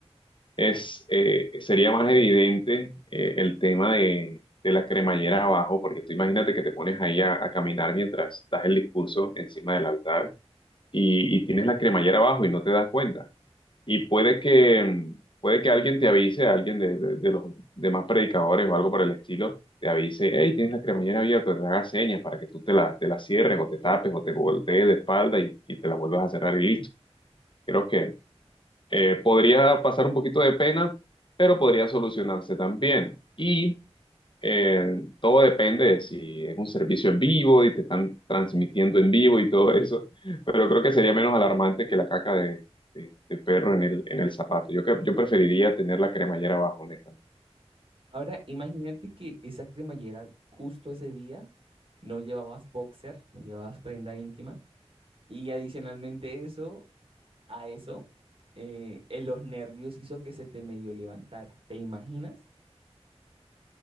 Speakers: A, on the left (about 50°); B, on the right (about 55°).
A: es, eh, sería más evidente eh, el tema de, de la cremallera abajo, porque tú imagínate que te pones ahí a, a caminar mientras das el discurso encima del altar y, y tienes la cremallera abajo y no te das cuenta y puede que, puede que alguien te avise, alguien de, de- de los demás predicadores o algo por el estilo, te avise, hey, tienes la cremallera abierta, te haga señas para que tú te la, te la cierres o te tapes o te voltees de espalda y, y te la vuelvas a cerrar y listo. Creo que eh, podría pasar un poquito de pena, pero podría solucionarse también. Y eh, todo depende de si es un servicio en vivo y te están transmitiendo en vivo y todo eso, pero creo que sería menos alarmante que la caca de, de- de perro en el, en el zapato. Yo, que- yo preferiría tener la cremallera abajo, honestamente.
B: Ahora, imagínate que esa cremallera justo ese día no llevabas boxer, no llevabas prenda íntima y adicionalmente eso, a eso, eh, en los nervios hizo que se te medio levantara. ¿Te imaginas?